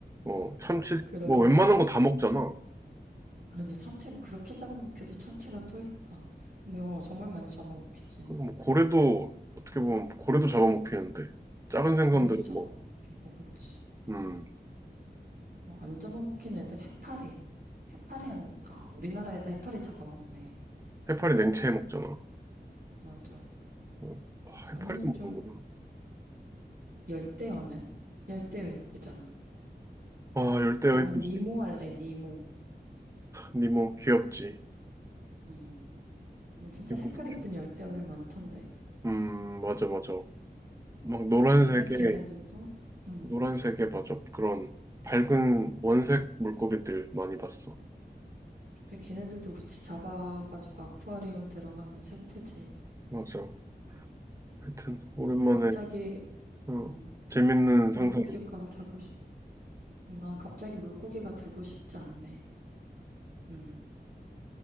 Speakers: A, on the right; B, on the right.
A: 어, 참치,
B: 그러게.
A: 뭐 웬만한 거 다 먹잖아.
B: 아, 근데 참치를 그렇게 잡아먹혀도 참치가 또 있다. 근데 어, 정말 많이 잡아먹히지.
A: 그리고 뭐 고래도 어떻게 보면 고래도 잡아먹히는데 작은 생선들은
B: 올래도 잡아먹히고,
A: 뭐
B: 그치.
A: 음,
B: 뭐, 안 잡아먹힌 애들 해파리. 해파리 안, 아, 우리나라에서 해파리 잡아먹네.
A: 해파리 냉채 해 먹잖아.
B: 맞아.
A: 어, 아,
B: 아니면
A: 해파리도
B: 좀,
A: 먹는구나.
B: 열대어는? 열대어 이쁘잖아.
A: 아 열대어
B: 나는
A: 이쁘지.
B: 니모 할래, 니모.
A: 니모 귀엽지.
B: 응. 음, 진짜
A: 이모도
B: 색깔 이쁜
A: 귀엽.
B: 열대어들 많던데.
A: 음 맞아 맞아. 막 노란색에
B: 근데 걔네들도, 응.
A: 노란색에 맞아 그런 밝은 원색 물고기들 많이 봤어.
B: 근데 걔네들도 그치 잡아가지고 아쿠아리움 들어가면 슬프지.
A: 맞아.
B: 응.
A: 하여튼 오랜만에
B: 갑자기,
A: 어,
B: 응.
A: 재밌는 상상이.
B: 물고기가 되고 싶, 난 갑자기 물고기가 되고 싶지 않네. 응.